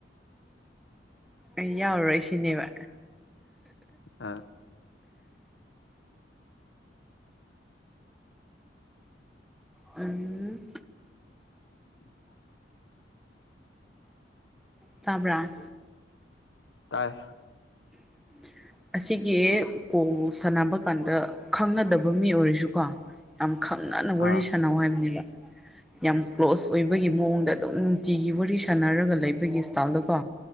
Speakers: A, in the centre; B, on the left (about 80°).
A: ꯑꯩ ꯌꯥꯎꯔꯔꯣꯏ ꯁꯤꯅꯦꯕ
B: ꯑꯥ
A: ꯎꯝ
B: <unintelligible>
A: ꯇꯥꯕ꯭ꯔꯥ
B: ꯇꯥꯏ
A: ꯎꯝ <inaudible> ꯑꯁꯤꯒꯤ ꯀꯣꯡ ꯁꯥꯟꯅꯕ ꯀꯥꯟꯗ ꯈꯪꯅꯗꯕ ꯃꯤ ꯑꯣꯏꯔꯁꯨꯀꯣ ꯌꯥꯝ ꯈꯪꯅꯅ ꯋꯥꯔꯤ
B: ꯑꯥ
A: ꯁꯥꯟꯅꯧ ꯍꯥꯏꯕꯅꯦꯕ ꯌꯥꯝ ꯀ꯭ꯂꯣꯁ ꯑꯣꯏꯕꯒꯤ ꯃꯑꯣꯡꯗ ꯑꯗꯨꯝ ꯅꯨꯡꯇꯤꯒꯤ ꯋꯥꯔꯤ ꯁꯥꯟꯅꯔꯒ ꯂꯩꯕꯒꯤ ꯏꯁꯇꯥꯏꯜꯗꯀꯣ